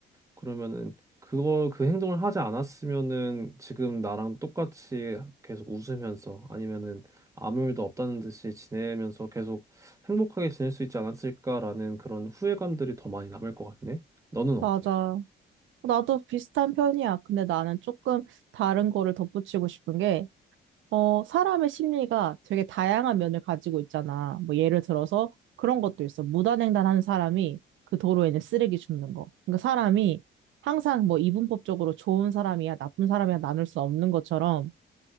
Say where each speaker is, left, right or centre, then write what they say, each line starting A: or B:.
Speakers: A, on the right (about 15°); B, on the right (about 75°).
A: 그러면은 그걸 그 행동을 하지 않았으면은 지금 나랑 똑같이 계속 웃으면서 아니면은 아무 일도 없다는 듯이 지내면서 계속 행복하게 지낼 수 있지 않았을까라는 그런 후회감들이 더 많이 남을 것 같네. 너는 어때?
B: 맞아. 나도 비슷한 편이야. 근데 나는 조금 다른 거를 덧붙이고 싶은 게 어, 사람의 심리가 되게 다양한 면을 가지고 있잖아. 뭐 예를 들어서 그런 것도 있어. 무단횡단하는 사람이 그 도로에는 쓰레기 줍는 거. 그러니까 사람이 항상 뭐 이분법적으로 좋은 사람이야, 나쁜 사람이야 나눌 수 없는 것처럼